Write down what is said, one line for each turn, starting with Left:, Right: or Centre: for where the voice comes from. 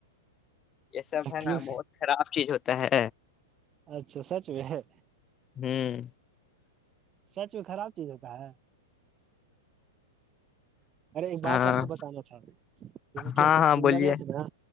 Left: یہ سب ہے
Right: کیوں
Left: نا بہت خراب چیز ہوتا ہے
Right: اچھا سچ میں ہے
Left: ہوں
Right: سچ بھی خراب چیز ہو کہا ہے ارے ایک
Left: ہاں
Right: بات آپ کو بتانا تھا جیسے کہ
Left: ہاں
Right: ہم لوگ
Left: ہاں
Right: شملہ
Left: بولیے
Right: گئے تھے نا